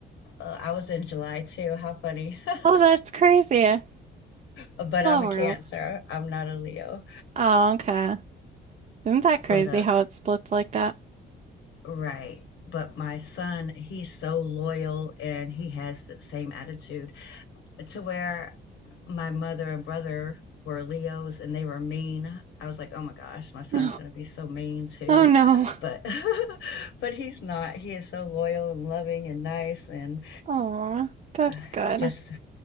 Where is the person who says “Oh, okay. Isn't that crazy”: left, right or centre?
Right